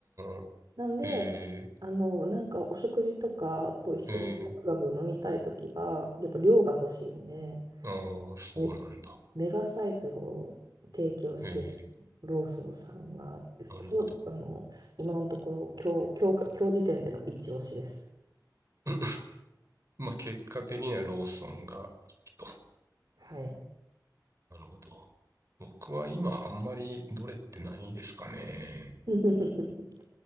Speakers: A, on the right (about 45°); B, on the right (about 65°).
A: あ
B: なんで、
A: ー、え
B: あの、なんかお食事とかと一緒にガブガブ飲みたいときは、
A: ー、え
B: やっぱ量が欲しいんで、
A: ー、ああ、そうなんだ。
B: めメガサイズを提供してるローソンさんが、
A: えー、なるほど。
B: そう、あの、今のところ今日、今日か、今日時点での一押しです。
A: <laughs> まあ、結果的にはローソンが好きと。
B: はい。
A: なるほど。僕は今あんまりどれってないですかね。
B: <laughs>